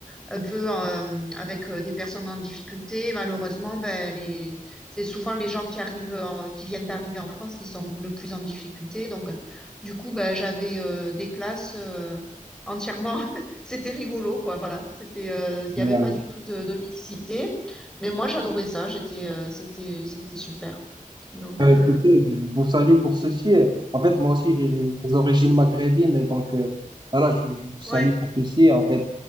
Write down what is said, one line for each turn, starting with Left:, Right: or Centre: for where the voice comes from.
Centre: un peu euh, avec euh, des personnes en difficulté. Malheureusement, ben, les... c'est souvent les gens qui arrivent, en- qui viennent d'arriver en France, qui sont le plus en difficulté. Donc, euh, du coup, ben, j'avais euh, des classes euh, entièrement. <laughs> C'était rigolo, quoi. Voilà, c'était, euh, il n'y
Right: ouais.
Centre: avait pas du tout de, de mixité, mais moi j'adorais ça. J'étais, euh, c'était, c'était super. Donc,
Right: Euh,
Centre: euh,
Right: écoutez, je vous salue pour ceci. En fait, moi aussi, j'ai j'ai des origines maghrébines, et donc euh, voilà, je, vous je vous
Centre: ouais.
Right: salue pour ceci. En fait,